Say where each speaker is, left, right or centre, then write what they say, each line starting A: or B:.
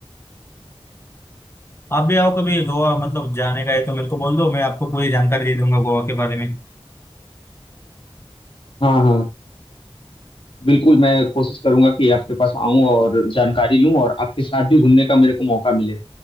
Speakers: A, on the left (about 25°); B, on the left (about 60°).
A: आप भी आओ कभी गोवा मतलब जाने का है तो मेरे को बोल दो मैं आपको पूरी जानकारी दे दूंगा गोवा के बारे में
B: हाँ हाँ बिल्कुल मैं कोशिश करूंगा कि आपके पास आऊं और जानकारी लूं और आपके साथ भी घूमने का मेरे को मौका मिले